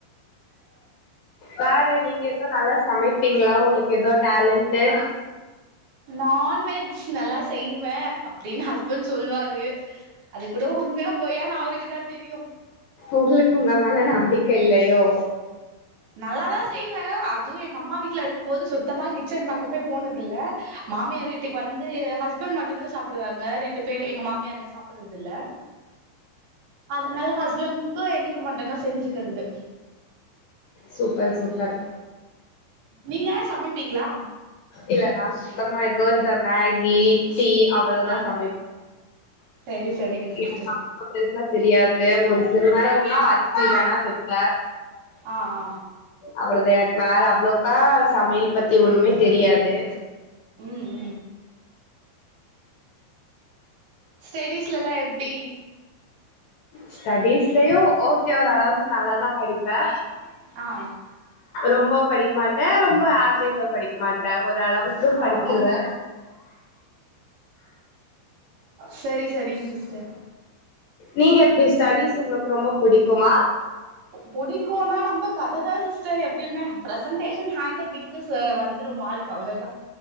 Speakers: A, on the left; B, on the right.
A: வேற நீங்க ளு நல்லா சமைப்பீங்களா உங்களுக்கு எது டேலண்டு
B: நான்வெஜ் நல்லா செய்வே அப்டின்னு ஹஸ்பண்ட் சொல்லுவாரு அது கூட உண்மையா பொய்யானு அவருக்கு தா தெரியு
A: உங்களுக்கு உங்க மேல நம்பிக்க இல்லையோ
B: நல்லாதா செய்வே அதுவு எங்க அம்மா வீட்ல இருக்கும் போது சுத்தமா கிச்சன் பக்கமே போனதுல்ல மாமியார் வீட்டுக்கு வந்து எ ஹஸ்பண்ட் மட்டுந்தா சாப்புடுவாங்க ரெண்டு பேர் எங்க மாமியார் இங்க சாப்புட்றது இல்ல அதுனால ஹஸ்பண்ட்க்கு எனக்கு மட்டுதா செஞ்சுக்குறது
A: சூப்பர் சூப்பர்
B: நீங்க சமைப்பீங்களா
A: இல்ல நா சுத்தமா எதோ இந்த மேகி டீ அவ்ளோதா
B: ஆ
A: சமைப்
B: சரி சரிங்க சிஸ்டர்
A: இவ் தா அ பெருசா தெரியாது ஒரு சில நேரோ வேன்னா அரிசி வேணா விப்ப
B: ஆ ஆ
A: அவ்ளோத எனக்கு வேற அவ்ளோக்கா சமையல் பத்தி ஒன்னுமே தெரியாது
B: உம் ஸ்டேடீஸ்ல்லா எப்டி
A: ஸ்டடிஸ்லையு ஓகே ஓரளவுக்கு நல்லாதா படிப்ப
B: ஆ
A: ரொம்போ படிக்க மாட்ட ரொம்ப ஆவரேஜ் ஆவ் படிக்க மாட்ட ஓரளவுக்கு
B: ஆ
A: படிச்சுருவ
B: ஆ சேரி சேரிங்க சிஸ்டர்
A: நீங்க எப்டி ஸ்டடிஸ் உங்களுக்கு ரொம்ப புடிக்குமா
B: பிடிக்கு ஆனா நம்ம கதைதா சிஸ்டர் எப்பியுமே பிரசன்டேஷன் ஹேண்டேட்டிங் இல்ல சர் வந்துரு மார்க் அவ்ளதா